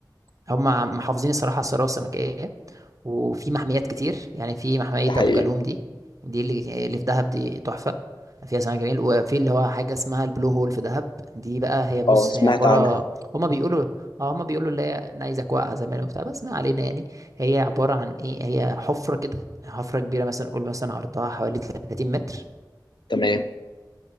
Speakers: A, on the right; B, on the left.
A: هم محافظين الصراحه على الثروه السمكيه وفي محميات كتير يعني في محمية
B: ده حقيقي
A: أبو جالوم دي دي اللي اللي في دهب دي تحفة فيها سمك جميل وفي اللي هو حاجة اسمها البلو هول في دهب دي بقى هي بص
B: أه سمعت
A: هي عبارة
B: عنها
A: هما بيقولوا اه هما بيقولوا اللي هي نيزك واقعة زمان وبتاع بس ما علينا يعني هي عبارة عن ايه هي حفرة كده حفرة كبيرة مثلا قول مثلا عرضها حوالي 30 متر
B: تمام